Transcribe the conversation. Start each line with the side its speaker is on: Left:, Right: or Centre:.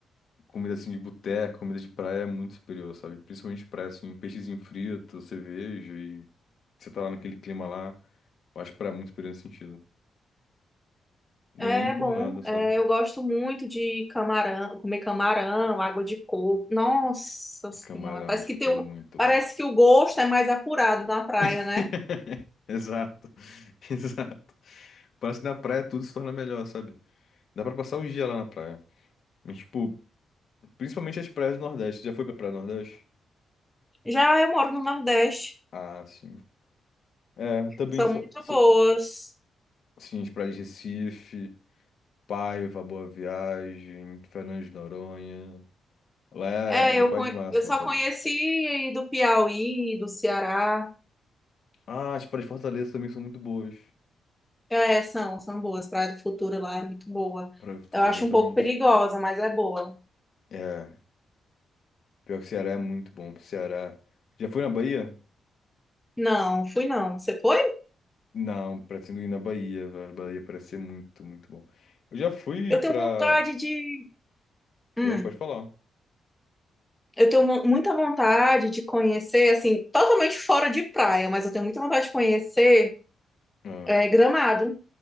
Left: comida, assim, de boteco, comida de praia é muito superior, sabe? Principalmente praia, assim, um peixezinho frito, cerveja e você tá lá naquele clima lá. Eu acho praia muito superior nesse sentido. Não
Centre: É
Left: é nem por
Centre: bom,
Left: nada, sabe?
Centre: é, eu gosto muito de camarão, comer camarão, água de coco. Nossa Senhora,
Left: Camarão,
Centre: parece
Left: acho
Centre: que
Left: que
Centre: tem
Left: é
Centre: o,
Left: muito
Centre: parece
Left: bom.
Centre: que o gosto é mais apurado na praia,
Left: <laughs>
Centre: né?
Left: Exato, <laughs> exato. Parece que na praia tudo se torna melhor, sabe? Dá pra passar o dia lá na praia. Mas, tipo, principalmente as praias do Nordeste. Já foi pra praia do Nordeste?
Centre: Já eu moro no Nordeste,
Left: Ah, sim. É, também
Centre: são
Left: sou,
Centre: muito
Left: sou,
Centre: boas.
Left: sim, as praias de Recife, Paiva, Boa Viagem, Fernando de Noronha. Lá é,
Centre: É, eu,
Left: é paz
Centre: conhe-
Left: máxima,
Centre: eu só
Left: sabe?
Centre: conheci do Piauí, do Ceará.
Left: Ah, as praias de Fortaleza também são muito boas.
Centre: É, são, são boas. Praia do Futuro lá é muito boa.
Left: para do Futuro,
Centre: Eu acho
Left: exatamente.
Centre: um pouco perigosa, mas é boa.
Left: É, pior que Ceará é muito bom. Ceará. Já foi na Bahia?
Centre: Não, fui não. Você foi?
Left: Não, pretendo ir na Bahia, velho. A Bahia parece ser muito, muito bom. Eu já fui
Centre: Eu
Left: pra.
Centre: tenho vontade de. Hum.
Left: Oi, pode falar.
Centre: Eu tenho mu- muita vontade de conhecer, assim, totalmente fora de praia, mas eu tenho muita vontade de conhecer
Left: Ah,
Centre: é, Gramado,